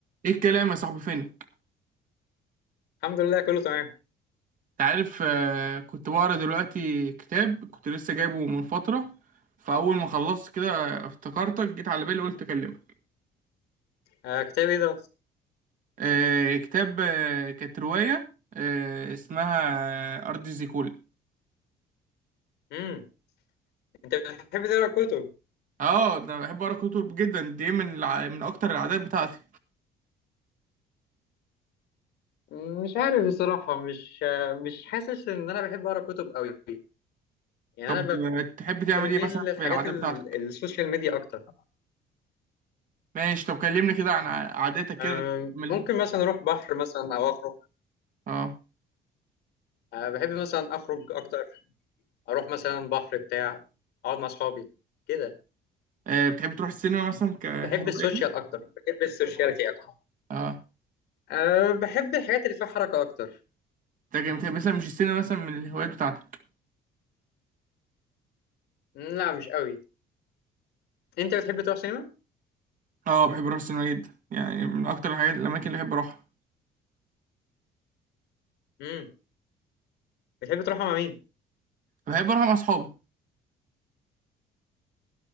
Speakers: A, on the right; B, on the left.
A: ايه الكلام يا صاحبي فينك
B: الحمد لله كله تمام
A: انت عارف آه، كنت بقرا دلوقتي كتاب كنت لسه جايبه من فترة فأول ما خلصت كده افتكرتك جيت على بالي قلت أكلمك
B: آه كتاب ايه ده
A: آه، كتاب آه، كانت رواية آه، اسمها آه، أرض زيكولا
B: امم انت بتحب تقرا كتب
A: اه ده أنا بحب أقرأ كتب جدا دي من الع... من أكتر العادات بتاعتي
B: مم، مش عارف بصراحة مش آه مش حاسس ان انا بحب اقرا كتب قوي يعني
A: طب
B: انا
A: آه، تحب تعمل
B: بميل
A: ايه مثلا
B: للحاجات
A: في العادات
B: ال-
A: بتاعتك
B: السوشيال ميديا اكتر
A: ماشي طب كلمني كده عن ع- عاداتك كده
B: آه
A: تعملها
B: ممكن مثلا اروح بحر مثلا او اخرج
A: اه
B: آه بحب مثلا اخرج اكتر اروح مثلا بحر بتاع اقعد مع اصحابي كده
A: آه، بتحب تروح السينما مثلا كهواية
B: بحب السوشيال اكتر بحب السوشياليتي اكتر
A: اه
B: آه بحب الحاجات اللي فيها حركة اكتر
A: انت جامد. يعني مثلا مش السينما مثلا من الهوايات بتاعتك
B: مم، لا مش قوي انت بتحب تروح سينما
A: اه بحب اروح السينما جدا يعني من اكتر الحاجات الاماكن اللي بحب اروحها
B: امم بتحب تروح مع مين
A: بحب اروح مع اصحابي